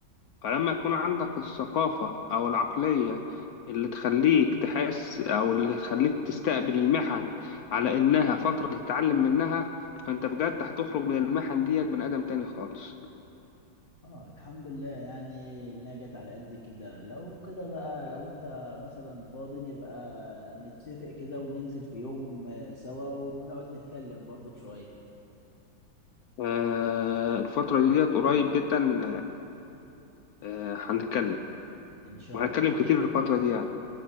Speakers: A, on the left; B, on the left.
A: فلما يكون عندك الثقافة أو العقلية اللي تخليك تحس أو اللي تخليك تستقبل المحن على إنها فترة تتعلم منها فأنت بجد هتخرج من المحن ديت بني آدم تاني خالص
B: اه الحمد لله يعني انها جت على قد كده لو كده بقى لو انت مثلا فاضي نبقى نتفق كده وننزل في يوم آه، سوا ونقعد نتكلم برضك شوية
A: آه الفترة ديت قريب جدا آه هنتكلم
B: ان شاء
A: وهنتكلم
B: الله
A: كتير في الفترة دي يعني